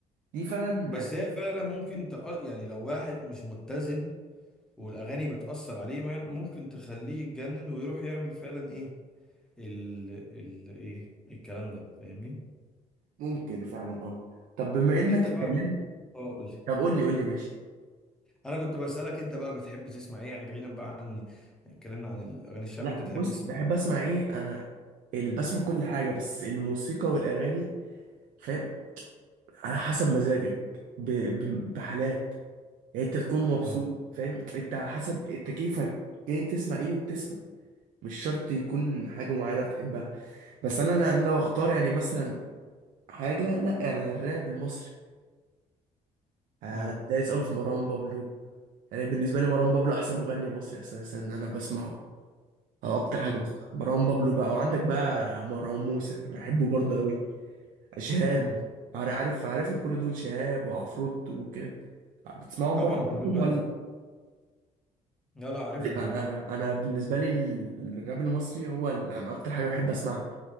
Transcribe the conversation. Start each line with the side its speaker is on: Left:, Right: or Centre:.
Right: دي فعلا
Centre: بس هي فعلا ممكن تأ... يعني لو واحد مش متزن والاغاني بتأثر عليه ما- ممكن تخليه يتجنن ويروح يعمل فعلا ايه ال... ال... ايه الكلام ده فاهمني
Right: ممكن فعلا اه طب بما انك
Centre: انت
Right: اتكلمت
Centre: بقى ب... اه قول لي
Right: طب قول لي قول لي ماشي
Centre: انا كنت بسألك انت بقى بتحب تسمع ايه يعني بعيدا بقى عن اتكلمنا عن الاغاني الشعبية
Right: لا
Centre: انت تحب
Right: بص
Centre: تسمع
Right: بحب
Centre: ايه
Right: اسمع ايه انا ال... بسمع كل حاجه بس الموسيقى والاغاني فاهم على حسب مزاجك ب... ب... بحالات يعني انت تكون مبسوط
Centre: اه
Right: فاهم انت على حسب انت كيفك جاي تسمع ايه وبتسمع مش شرط يكون حاجه معينه بتحبها بس انا لا- أنا لو اختار يعني مثلا حاجه لا انا الراب المصري آه،
Centre: اه
Right: دايس قوي في مروان بابلو يعني بالنسبه لي مروان بابلو احسن مغني مصري اساسا انا بسمعه اه اكتر
Centre: امم
Right: حاجه بسمعها مروان بابلو بقى وعندك بقى مروان موسى بحبه برضه قوي شهاب
Centre: امم
Right: عار- عارف عارفهم كل دول شهاب وعفروت وكده بتسمعهم
Centre: طبعا
Right: برضه
Centre: كلهم
Right: ولا
Centre: عارفهم لا لا عارفهم
Right: انا
Centre: كلهم
Right: أنا بالنسبه لي ال- الراب المصري هو ال- انا اكتر حاجه بحب اسمعها